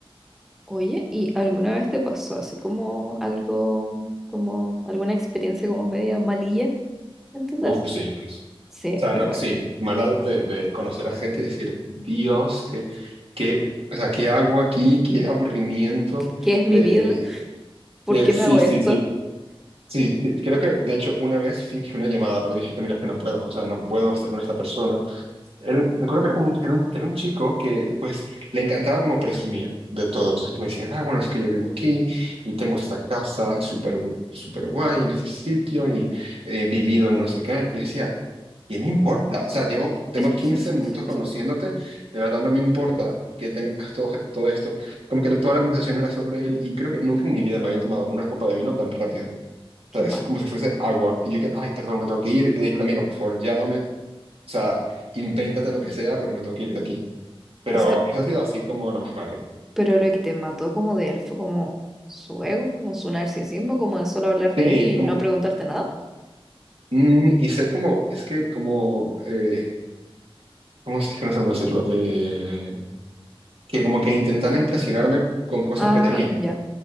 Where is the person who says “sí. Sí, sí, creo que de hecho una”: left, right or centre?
Right